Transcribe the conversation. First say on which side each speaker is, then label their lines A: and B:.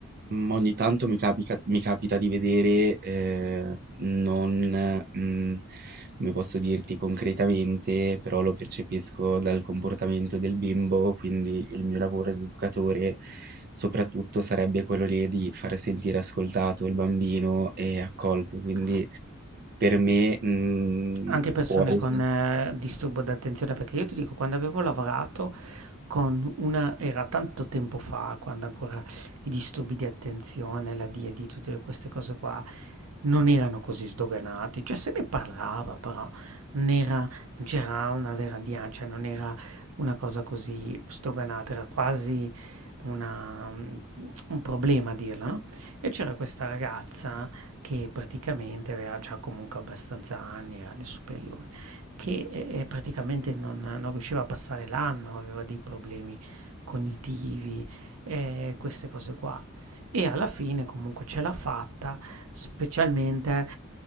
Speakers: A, on the right; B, on the right.
A: Mm, Ogni tanto mi capica- mi capita di vedere, eh, non, mm, come posso dirti concretamente, però lo percepisco dal comportamento del bimbo, quindi il mio lavoro di educatore soprattutto sarebbe quello lì di far sentire ascoltato il bambino e accolto, quindi
B: Ok.
A: per me, mm,
B: Anche persone
A: può essere...
B: con eh, disturbo d'attenzione, perché io ti dico, quando avevo lavorato con una, era tanto tempo fa, quando ancora i disturbi di attenzione, la DID, tutte queste cose qua, non erano così sdoganati, cioè se ne parlava, però non era, non c'era una vera DIA, cioè non era una cosa così sdoganata, era quasi una, mm, un problema a dirla, no? E c'era questa ragazza che praticamente aveva già comunque abbastanza anni, era alle superiori, che eh, eh, praticamente non, non riusciva a passare l'anno, aveva dei problemi cognitivi, eh, queste cose qua. E alla fine comunque ce l'ha fatta, specialmente